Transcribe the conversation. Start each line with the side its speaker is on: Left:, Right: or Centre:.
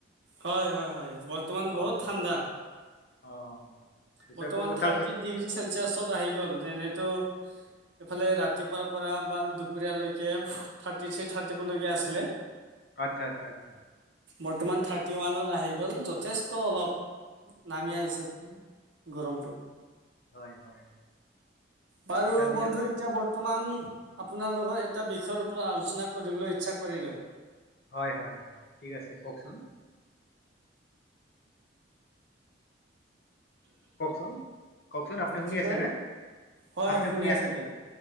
Right: হয় হয় হয় বৰ্তমান
Left: অ
Right: বহুত ঠাণ্ডা।
Left: অ পিছত
Right: বৰ্তমান
Left: আকৌ কঁঠাল
Right: থাৰ্টি
Left: চত
Right: ডিগ্ৰী চেলচিয়াছত আহি গ'ল যেনেতো। এইফালে ৰাতিপুৱাৰ পৰা বা দুপৰীয়ালৈকে থাৰ্টি থ্ৰী থাৰ্টিবলৈকে আছিলে।
Left: আচ্ছা, আচ্ছা, আচ্ছা,
Right: বৰ্তমান থাৰ্টি ওৱানত। অহ আহি গ'ল যথেষ্ট অলপ নামি আহিছে গৰমটো।
Left: হয় হয়
Right: বাৰু
Left: আচ্ছা পিছত
Right: বন্ধু এতিয়া বৰ্তমান আপোনাৰ লগত এটা বিষয়ৰ ওপৰত আলোচনা কৰিবলৈ ইচ্ছা কৰিলোঁ।
Left: হয় হয় ঠিক আছে কওঁকচোন। কওঁকচোন কওঁকচোন আপুনি শুনি
Right: কি কয়
Left: আছেনে।
Right: হয়
Left: আপুনি
Right: শুনি আছোঁ
Left: আছেনে?
Right: দে।